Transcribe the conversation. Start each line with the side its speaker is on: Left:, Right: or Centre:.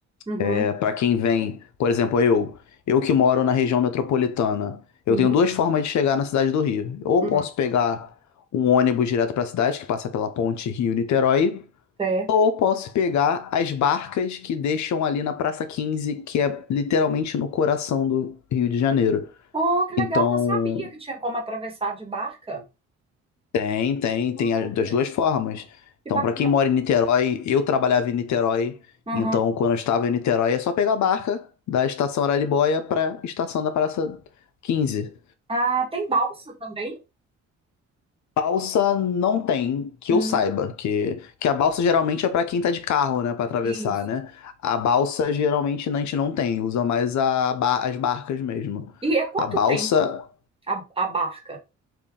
Right: uhum,
Left: É, para quem vem, por exemplo, eu, eu que moro na região metropolitana, eu
Right: uhum,
Left: tenho duas formas de chegar na cidade do Rio. Ou
Right: uhum.
Left: posso pegar um ônibus direto para a cidade, que passa pela ponte Rio-Niterói,
Right: Certo.
Left: ou posso pegar as barcas que deixam ali na Praça Quinze que é literalmente no coração do Rio de Janeiro.
Right: Oh, que legal,
Left: Então,
Right: não sabia que tinha como atravessar de barca.
Left: Tem, tem,
Right: Olha,
Left: tem a- das duas formas.
Right: que
Left: Então,
Right: bacana.
Left: para quem mora em Niterói, eu trabalhava em Niterói,
Right: Uhum.
Left: então quando eu estava em Niterói é só pegar a barca da estação Araribóia para estação da Praça Quinze
Right: Ah, tem balsa também?
Left: Balsa não tem, que
Right: Hum,
Left: eu saiba, que, que a balsa geralmente é para quem tá de carro, né, para atravessar,
Right: isso.
Left: né? A balsa geralmente a gente não tem, usa mais a, ba- as barcas mesmo.
Right: E é quanto
Left: A balsa,
Right: tempo a, a barca?